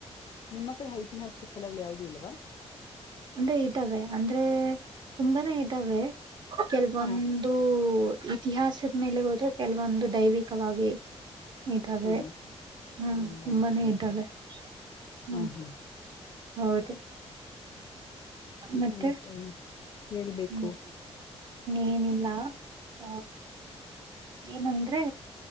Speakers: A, on the left; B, on the right.
A: ನಿಮ್ಮ ಕಡೆ ಐತಿಹಾಸಿಕ ಸ್ಥಳಗಳು ಯಾವುದೂ ಇಲ್ವಾ
B: ಅಂದ್ರೆ ಇದ್ದಾವೆ, ಅಂದ್ರೆ ತುಂಬಾನೇ ಇದ್ದಾವೆ. ಕೆಲವೊಂದು
A: ಹಾ
B: ಇತಿಹಾಸದ ಮೇಲೆ ಹೋದ್ರೆ ಕೆಲವೊಂದು ದೈವಿಕವಾಗಿ ಇತಾರೆ
A: ಹಾ
B: ಹ್ಮ್
A: ಅಲ್ಲ
B: ತುಂಬಾನೇ
A: ಅಂತ ಹೇಳ್ತಾರೆ.
B: ಇದ್ದಾವೇ ಹ್ಮ್
A: ಹಾ ಹಾ
B: ಹೌದು
A: ಸರಿ
B: ಮತ್ತೆ
A: ಸರಿ ಹೇಳ್ಬೇಕು.
B: ಹ್ಮ್ ಏನಿಲ್ಲ ಹ ಏನಂದ್ರೆ,